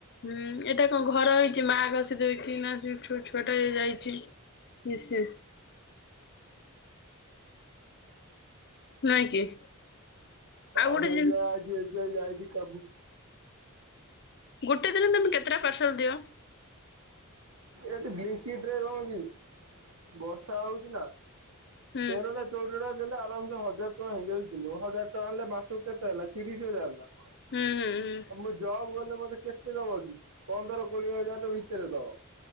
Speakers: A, on the left; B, on the right.
A: ହୁଁ ଏଇଟା କଣ ଘର ହେଇଛି ମା ଘଷଦଉ କି ନା ସେ ଛି ଛୁ ଛୁଆଟା ହେଇ ଯାଇଛି। ନିଶ୍ଚୟ। ନାଇଁ କି।
B: ହଁ
A: ଆଉ ଗୋଟେ
B: ସେଇବେ
A: ଜିନିଷ
B: ଆଜି ଏ ଯ ଯାଇଛିି କବୁ <unintelligible>
A: ଗୋଟେ ଦିନ ତୁମେ କେତେଟା ପାର୍ଲ ଦିଅ?
B: ଏଟି ବିଙ୍କିଟି ନୁହଁକି ବର୍ଷା ହଉଥିଲା।
A: ହୁଁ
B: ନେରୋଲାଜି। ଚୋଟା ଦେଲେ ଆରାମସ ହଜାର ଟଙ୍କା ହେଇଯାଇଥିଲୁ ହଜାର ଟଙ୍କା ହେଲେ ମାସ କେତେ ହେଲା ତିରିଶ ହଜାର ଟ
A: ହୁଁ ହୁଁ ହୁଁ।
B: ମୁଁ ଜବ୍ କଲେ ମତେ କେତେ ଦବ କି ପନ୍ଦର କୋଡିଏ ହଜାର ଭିତରେ ଦବ।